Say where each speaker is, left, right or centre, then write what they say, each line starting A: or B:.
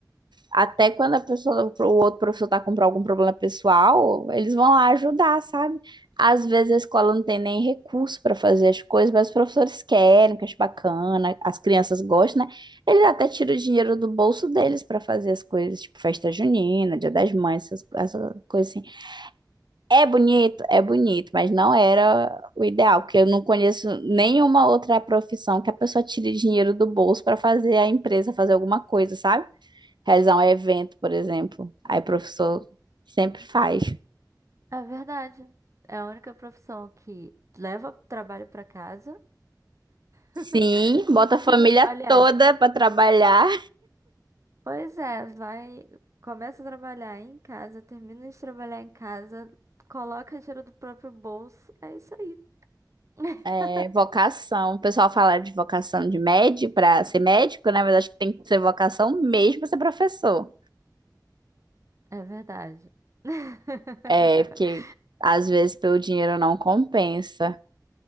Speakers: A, on the right; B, on the right.
A: Até quando a pessoa, o outro professor tá com algum problema pessoal, eles vão lá ajudar, sabe? Às vezes a escola não tem nem recurso para fazer as coisas, mas os professores querem, que acho bacana, as crianças gostam, né? Eles até tiram o dinheiro do bolso deles para fazer as coisas, tipo festa junina, Dia das Mães, essas, essas coisas assim. É bonito, é bonito, mas não era o ideal, porque eu não conheço nenhuma outra profissão que a pessoa tire dinheiro do bolso para fazer a empresa fazer alguma coisa, sabe? realizar um evento, por exemplo. Aí o professor sempre faz.
B: É, é verdade. É a única profissão que leva trabalho pra casa. <laughs>
A: Sim,
B: Continua.
A: bota a família
B: Aliás,
A: toda para trabalhar.
B: pois é, vai. Começa a trabalhar em casa, termina de trabalhar em casa, coloca dinheiro do próprio bolso. É isso aí. <laughs>
A: É, vocação. O pessoal fala de vocação de médico para ser médico, né? Mas acho que tem que ser vocação mesmo para ser professor.
B: É verdade. <laughs>
A: É, porque às vezes pelo dinheiro não compensa.